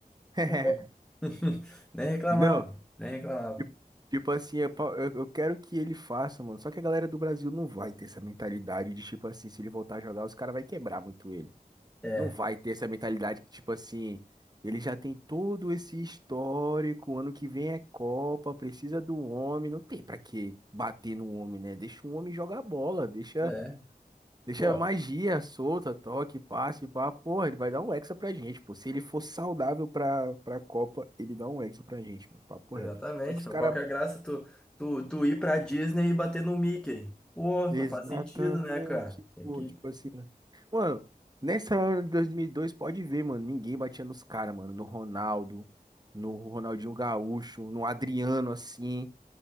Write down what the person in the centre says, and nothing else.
Pô. <laughs> Nem reclamava,
nem reclamava.
É,
é.
Pô,
exatamente,
meu.
Qual que é a graça tu, tu, tu ir pra Disney e bater no Mickey? Pô,
não faz sentido, né, cara? Tem
que...